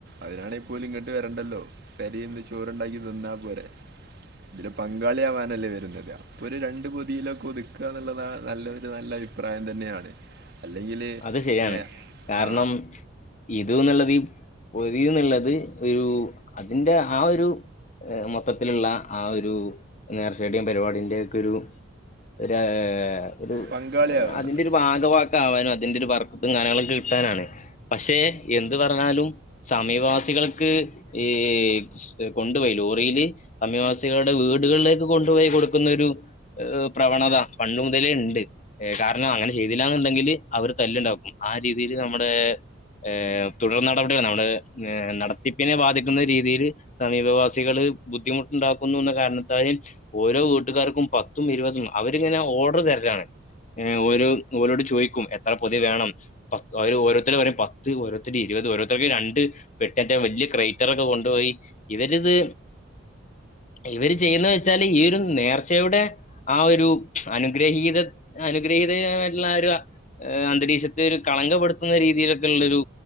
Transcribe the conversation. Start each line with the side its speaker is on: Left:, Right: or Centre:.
Right: അതിനാണേ പോലും ഇങ്ങോട്ട് വരണ്ടല്ലോ പെരേന്ന് ചോറ് ഉണ്ടാക്കി. തിന്നാ പോരെ. ഇതില് പങ്കാളി ആവാനല്ലേ വരുന്നത് അപ്പൊ ഒരു രണ്ട് പൊതിയിലൊക്കെ ഒതുക്കുക എന്നുള്ളതാ നല്ലൊരു നല്ലൊരു കാ.. പ്രായം തന്നെയാണ്. അല്ലെങ്കില്.
Left: അത് ശരിയാണ്
Right: ഏഹ്
Left: കാരണം.
Right: ആ
Left: ഇതുന്നുള്ളത് ഈ പൊതി എന്നുള്ളത് ഒരു അതിന്റെ ആ ഒരു. മൊത്തത്തിലുള്ള ആ ഒരു നേർച്ചയിടിലിൻ്റെ പരിപാടിന്റെ ഒക്കെ ഒരു. ഒരു ഒരു
Right: പങ്കാളിയാവുക
Left: അതിന്റെ ഒരു ഭാഗവാക്ക് ആവാനും. അതിന്റെ ഒരു ബർക്കത്തും കാര്യങ്ങളൊക്കെ കിട്ടാനാണ് പക്ഷെ എന്ത് പറഞ്ഞാലും സമീപവാസികൾക്ക് ഈ ഏഹ് കൊണ്ടുപോയി ലോറിയില് സമീവാസികളുടെ വീടുകളിലേക്ക് കൊണ്ടുപോയി കൊടുക്കുന്നൊരു ഏഹ് പ്രവണത പണ്ട് മുതലേ ഇണ്ട് ഏ കാരണം അങ്ങനെ ചെയ്തിലാന്ന്ണ്ടെങ്കിൽ അവര് തല്ല്ണ്ടാക്കും ആ രീതിയില് നമ്മുടെ ഏഹ് തുടർ നടപടിയാണ് നമ്മുടെ ഏഹ് നടത്തിപ്പിനെ ബാധിക്കുന്ന രീതിയില് സമീപവാസികള് ബുദ്ധിമുട്ടുണ്ടാക്കുന്നു എന്ന കാരണത്താല് ഓരോ വീട്ടുകാർക്കും പത്തും ഇര്വതും അവരിങ്ങനെ ഓഡർ തര്ലാണ് ഏ ഒര് ഓലോട് ചോയ്ക്കും എത്ര പൊതി വേണം പത്ത് അഹ് ഓരോര്ത്തര് പറിം പത്ത് ഓരോര്ത്തര് ഇരുവത് ഓരോര്ത്തര്ക്ക് രണ്ട് പെട്ട്യറ്റെ വല്ല്യ ക്രൈറ്ററൊക്കെ കൊണ്ടുപോയി ഇവരിത് ഇവര് ചെയ്യ്ന്ന് വെച്ചാല് ഈ ഒരു നേർച്ചയുടെ ആ ഒരു അനുഗ്രഹീത അനുഗ്രഹീതയിട്ടുള്ള ആ ഒര് ഹ് അന്തരീക്ഷത്തിൽ കളങ്കപ്പെടുത്തുന്ന രീതിയിലൊക്കെ ഉള്ളൊരു